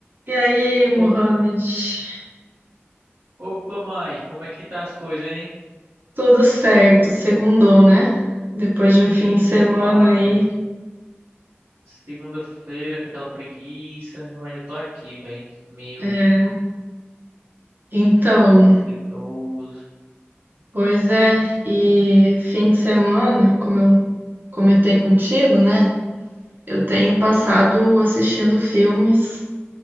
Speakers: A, on the right (about 45°); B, on the right (about 85°).
A: E aí, Mohamed?
B: Ô- Opa, mãe, como é que tá as coisas, hein?
A: Tudo certo, segundou, né? Depois de um
B: Ih,
A: fim de semana
B: nem fale.
A: aí.
B: Segunda-feira com aquela preguiça, eu ainda tô aqui, velho. Meio,
A: É, Então,
B: meio preguiçoso.
A: pois é, e fim de semana, como eu comentei contigo, né? Eu tenho passado assistindo filmes.